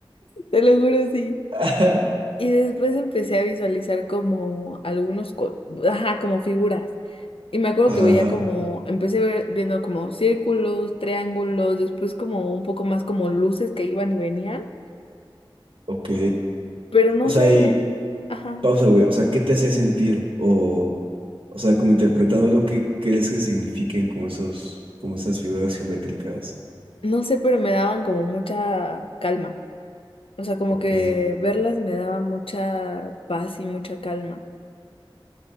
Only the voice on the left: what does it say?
te lo juro sí.
Y después empecé a visualizar como algunos, co- ajá, como figuras. Y me acuerdo
que veía como, empecé ver- viendo como círculos, triángulos, después como un poco más como luces que iban y venían,
pero no
sé,
ajá,
no sé, pero me daban como mucha calma. O sea, como
que verlas me daba mucha paz y mucha calma,